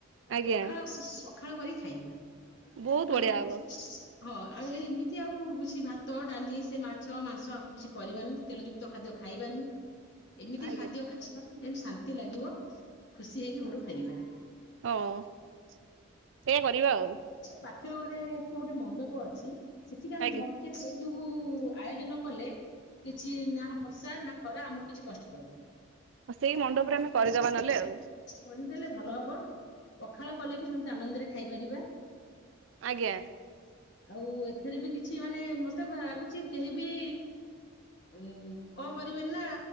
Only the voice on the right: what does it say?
ଆଜ୍ଞା
ବହୁତ
ବଢିଆ ହବ
ଆଜ୍ଞା
ହଁ ସେଇଆ କରିବା ଆଉ।
ଆଜ୍ଞା
ସେଇ ମଣ୍ଡପରେ ଆମେ କରିଦବା ନହେଲେ ଆଉ।
ଆଜ୍ଞା।